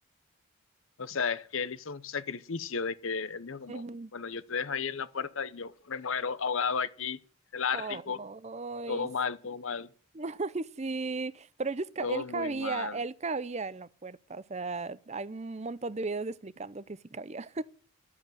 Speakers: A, on the left; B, on the right.
A: O sea, es que él hizo un sacrificio de que él dijo como,
B: Ujú.
A: bueno, yo te dejo ahí en la puerta y yo me muero ahogado aquí, del Ártico,
B: Oh, Ay,
A: todo
B: s-
A: mal, todo mal,
B: <laughs> ay, sí, pero ellos, ca-
A: todo
B: él cabía,
A: muy mal.
B: él cabía en la puerta, o sea, hay un montón de videos explicando que sí cabía.